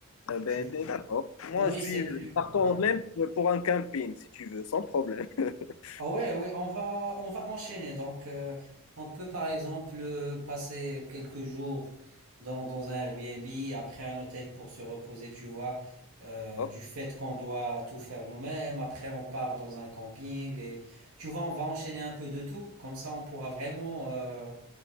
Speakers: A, on the left; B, on the right.
A: Euh, ben,
B: Tu vois.
A: ben, d'accord. Moi,
B: Oui,
A: je suis
B: c'est plus.
A: partant
B: Ouais.
A: même pour un camping, si tu veux, sans problème. <laughs>
B: Ah ouais, oui, on va, on va enchaîner. Donc, euh, on peut par exemple euh, passer quelques jours dans, dans un Airbnb, après un hôtel pour se reposer, tu vois, euh,
A: Hop,
B: du fait qu'on doit tout faire nous-mêmes. Après, on part dans un camping et tu vois, on va enchaîner un peu de tout. Comme ça, on pourra vraiment euh,